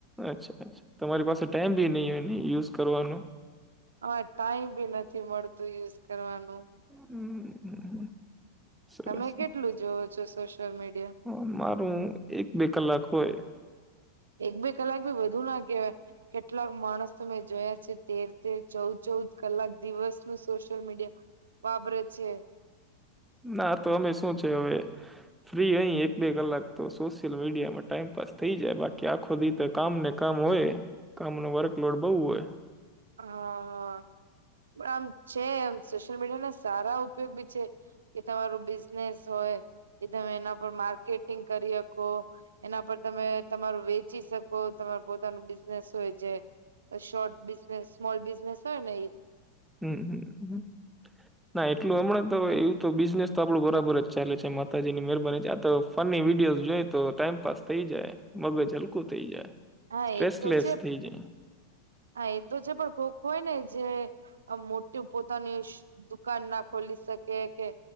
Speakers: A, in the centre; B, on the right.
A: અચ્છા અચ્છા તમારી પાસે ટાઈમ ભી ની હોય યુઝ કરવાનો.
B: હા ટાઈમ બી નથી મળતું યુઝ કરવાનું.
A: હમ સરસ
B: તમે કેટલું જોવો છો સોશિયલ મીડિયા?
A: હ મારું એક બે કલાક હોય.
B: એક બે કલાક ભી વધુ ના કેવાય કેટલાક માણસ ત મે જોયા છે તેર તેર ચૌદ ચૌદ કલાક દિવસ ન સોશિયલ મીડિયા વાપરે છે.
A: ના તો અમે શું છે હવે ફ્રી રહીએ એક બે કલાક તો સોશિયલ મીડિયામાં ટાઈમપાસ થઈ જાય બાકી આખો દી તો કામને કામ હોય કામનું વર્કલોડ બહુ હોય
B: હા હા પણ આમ છે એમ સોશિયલ મીડિયા ના સારા ઉપયોગ બી છે. કે તમારું બિઝનેસ હોય કે તમે એના પર માર્કેટિંગ કરી હકો. એના પર તમે તમારું વેચી શકો તમારું પોતાનું બિઝનેસ હોય જે. શોર્ટ બિઝનેસ સ્મોલ બિઝનેસ હોય ને એ.
A: હમ હમ હ ના એટલું હમણાં તો એવું તો બિઝનેસ તો આપણું બરાબર જ ચાલે છે માતાજી ની મહેરબાની છે આ તો ફની વિડીયોઝ જોઈ તો ટાઈમપાસ થઇ જાય. મગજ હલકું થઈ જાય,
B: હા
A: સટ્રેસલેસ
B: એ તો છે
A: થઇ જાય.
B: હા એ તો છે પણ કોખ હોય ને જે આ મોટી પોતાની દુકાન ના ખોલી શકે કે,